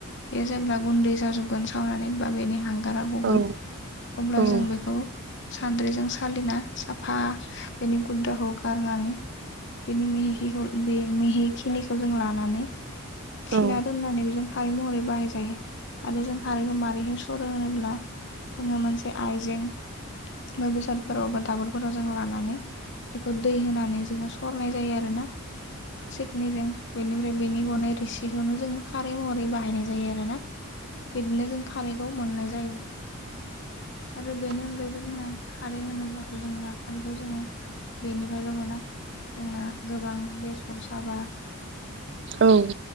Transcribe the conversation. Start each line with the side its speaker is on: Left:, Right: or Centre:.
Left: बेयो जेब्ला गुन्दै जाजोबगोन सावनानै बा बेनि हां गारा गगोन
Right: औ
Left: अब्ला
Right: औ नंगौ नोंथां औ नंगौ नोंथां औ नंगौ नोंथां औ नंगौ नोंथां औ नंगौ नोंथां औ नंगौ नोंथां औ नंगौ नोंथां औ नंगौ नोंथां औ
Left: जों बेखौ
Right: नंगौ नोंथां औ
Left: सान्द्रिजों सालिना साफा बेनि गुद्राखौ गारनानै बेनि मिहिखिखौ बे मेहिखिनिखौ जों लानानै थिना
Right: औ
Left: दोननानै बेजों खारै महरै बाहाय जायो आरो जों खारैखौ मारैहाय सरो होनोब्ला जोङो मोनसे आइजें बा बेसादफोराव बा दाबोरफोराव जों लानानै बेखौ दै होनानै जोङो सरनाय जायो आरोना सिकनिजों बेनिफ्राय बेनि गनाय रिसिखौनो जोङो खारै महरै बाहायनाय जायो आरो ना बिदिनो जों खारैखौ मोननाय जायो। आरो बेनि अनगायै जोंना खारै होनोब्लाथ' जोंनि खारैखौ जोङो बेनिफ्रायल' मोना जोंना गोबां बेसर साबा
Right: औ